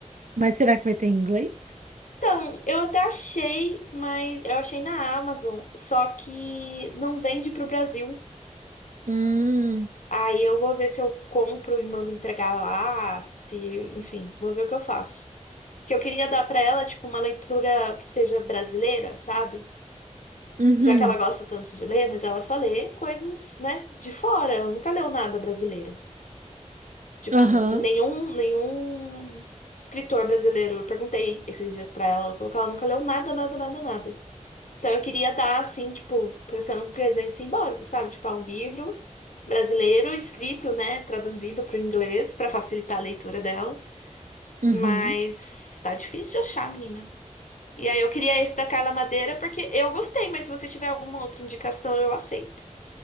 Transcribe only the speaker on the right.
mas será que vai ter em inglês?
Hum.
Uhum.
Aham.
Uhum.